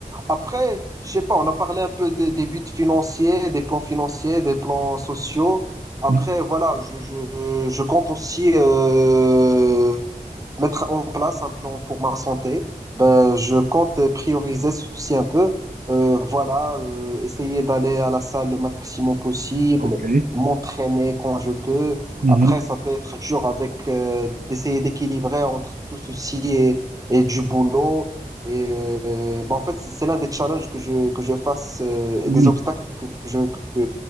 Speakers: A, on the right; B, on the right.
A: Après, je sais pas, on a parlé un peu des, des buts financiers, des plans financiers, des plans sociaux. Après,
B: Mhm.
A: voilà, je, je, je compte aussi euh, mettre en place un plan pour ma santé. Ben, je compte prioriser ceci un peu. Euh, voilà, euh, essayer d'aller à la salle le maximum possible,
B: OK.
A: m'entraîner quand je peux.
B: Mhm.
A: Après, ça peut être dur avec euh, d'essayer d'équilibrer entre tout ceci et, et du boulot. Et euh, bah, en fait, c'est c'est l'un des challenges que je, que je fasse euh, et
B: Oui.
A: des obstacles que, que je, que,